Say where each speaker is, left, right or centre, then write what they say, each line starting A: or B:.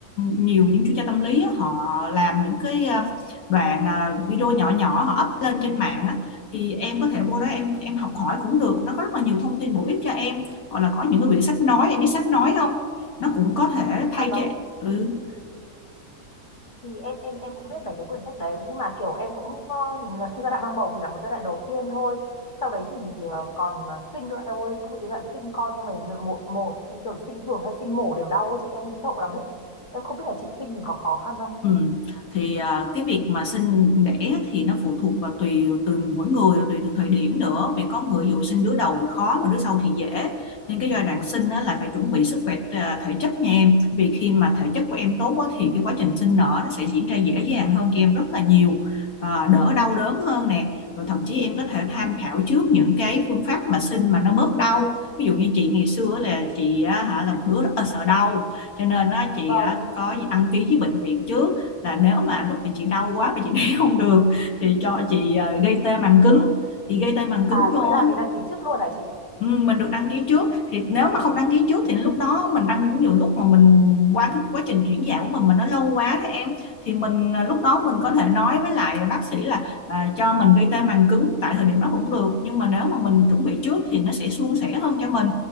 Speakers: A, on the left; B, on the left.
A: nhiều những chuyên gia tâm lý á, họ làm những cái ờ, đoạn ờ, video nhỏ nhỏ họ up lên trên mạng á, thì em có thể vô đó em em học hỏi cũng được nó có rất là nhiều thông tin bổ ích cho em hoặc là có những cái quyển sách nói em biết sách nói không nó cũng có thể thay
B: À vâng,
A: cho ừ,
B: thì em em em cũng biết mấy cái quyển sách đấy nhưng mà kiểu em cũng ờ, nói chung giai đoạn mang bầu thì là một giai đoạn đầu tiên thôi. Sau đấy thì ờ, còn ờ, sinh nữa em ơi, cũng bị cái đoạn sinh con xong rồi một một bây giờ sinh thường hay sinh mổ đều đau ấy, chị em sợ lắm ấy. Em không biết là chị sinh thì có khó khăn không?
A: Ừ. Thì à, cái việc mà sinh đẻ thì nó phụ thuộc vào tùy từ mỗi người tùy từng thời điểm nữa vì có người ví dụ sinh đứa đầu thì khó mà đứa sau thì dễ nên cái giai đoạn sinh á, là phải chuẩn bị sức khỏe à, thể chất nha em vì khi mà thể chất của em tốt á, thì cái quá trình sinh nở nó sẽ diễn ra dễ dàng hơn cho em rất là nhiều à, đỡ đau đớn hơn nè rồi thậm chí em có thể tham khảo trước những cái phương pháp mà sinh mà nó bớt đau ví dụ như chị ngày xưa á, là chị á, hả là một đứa rất là sợ đau cho nên á, chị
B: Vâng.
A: á, có gì đăng ký với bệnh viện trước là nếu mà lúc mà chị đau quá mà chị <laughs> đẻ không được thì cho chị ờ, gây tê màng cứng thì gây tê màng cứng
B: À
A: vô
B: có nghĩa là mình đăng ký trước luôn hả chị?
A: Ừ, mình được đăng ký trước thì nếu mà không đăng ký trước thì lúc đó mình đăng nhiều lúc mà mình qua cái quá trình chuyển dạ của mình mà nó lâu quá thế em thì mình à, lúc đó mình có thể nói với lại bác sĩ là à, cho mình gây tê màng cứng tại thời điểm đó cũng được nhưng mà nếu mà mình chuẩn bị trước thì nó sẽ suôn sẻ hơn cho mình